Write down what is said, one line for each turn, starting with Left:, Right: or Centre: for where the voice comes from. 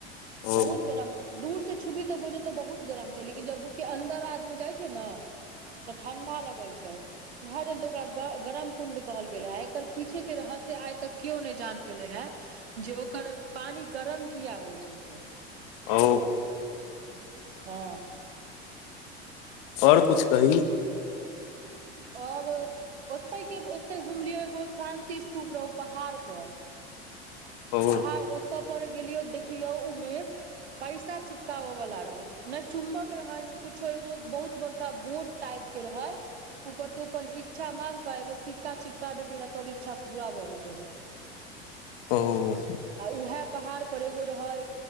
Left: ओ
Right: बहुत गरम दूर से छुबी तऽ बझे तऽ बहुत गरम छै लेकिन जब अन्दर आदमी जाइ छै ने तऽ ठं्डा लगै छै उएह जल्द ओकरा ग गरम कुं्ड कहल गेल है एकर पीछे के रहस्य आइ तक केयो नहि जान पेले है जे ओकर पानि गरम किया होइ छै से
Left: ओ
Right: हँ
Left: ओर कुछ कही
Right: ओर ओते के ओते घुमलियो एगो शान्ति स्तूप रह पहाड़ पर
Left: ओ
Right: पहाड़ ओ ओत पर गेलियो देखलियो उमे पैसा चिपकाबे वला रहौ ने चुम्बक रहै ने कुछो एगो बहुत बड़का बोर्ड टाइप के रहे ऊपर तो अपन इच्छााँंग क एगो सिक्का छिपका देती रहै तोर इच्छा पूरा भऽ जेतौ रहै <inaudible>
Left: ओम
Right: आ उएह पहाड़ पर एगो रहै